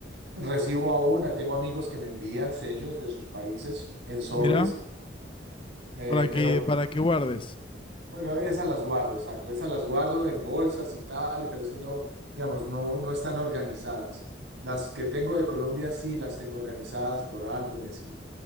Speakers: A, on the right; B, on the left.
A: recibo aún, tengo amigos que me envían sellos de sus países en sobres,
B: mira,
A: eh,
B: para que,
A: pero
B: para que guardes.
A: bueno, esas las guardo, exacto, esas las guardo en bolsas y tal, pero esas no, digamos, no, no están organizadas. Las que tengo de Colombia sí las tengo organizadas por álbumes y